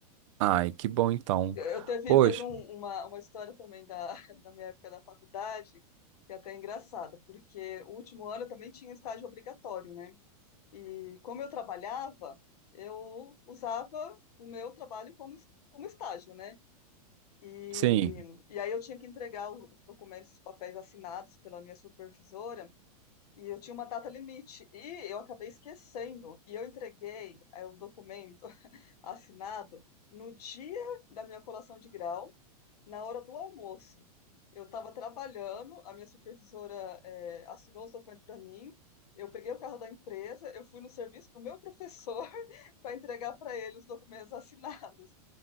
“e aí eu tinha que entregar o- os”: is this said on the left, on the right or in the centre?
Left